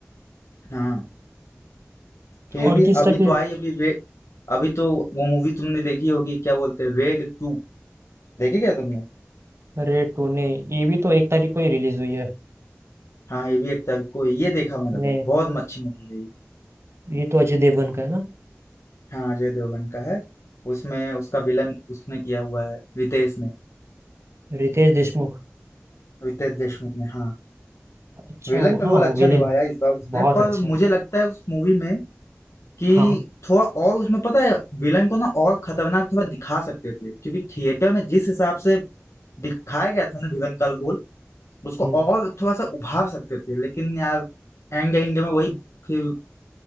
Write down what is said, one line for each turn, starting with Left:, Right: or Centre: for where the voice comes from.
Left: हाँ फिर
Right: और
Left: भी
Right: किस
Left: अभी
Right: टाइप की
Left: तो आई अभी रे अभी तो वो मूवी तुमने देखी होगी क्या बोलते हैं रेड टू देखी क्या तुमने
Right: रेड टू ने ये भी तो एक तारीख को ही रिलीज हुई है
Left: हाँ ये भी एक तरह को ये देखा मैंने
Right: ने
Left: भाई बहुत अच्छी मूवी है ये
Right: ये तो अजय देवगन का है ना
Left: हाँ अजय देवगन का है उसमें उसका विलन उसने किया हुआ है रितेश ने
Right: रितेश देशमुख
Left: रितेश देशमुख ने हाँ
Right: अच्छा
Left: विलन
Right: वो
Left: का
Right: हाँ
Left: रोल
Right: वो
Left: अच्छा
Right: विलेन
Left: निभाया इस बार उसने
Right: बहुत
Left: पर
Right: अच्छा है।
Left: मुझे लगता है उस मूवी में कि
Right: हाँ
Left: थोड़ा और उसमें पता है विलन को ना और खतरनाक थोड़ा दिखा सकते थे क्योंकि थिएटर में जिस हिसाब से दिखाया गया था ना विलन का रोल उसको
Right: हम्म,
Left: और थोड़ा सा उभार सकते थे लेकिन यार एंगे एंगे में वही फिर